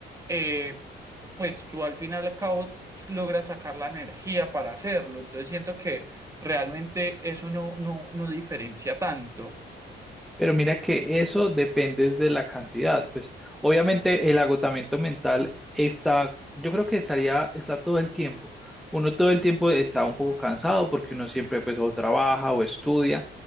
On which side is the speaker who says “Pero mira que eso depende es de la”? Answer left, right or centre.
Centre